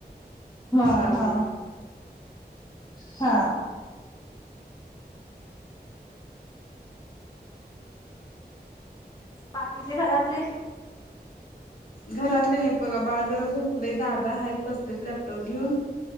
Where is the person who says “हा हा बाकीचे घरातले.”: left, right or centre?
Left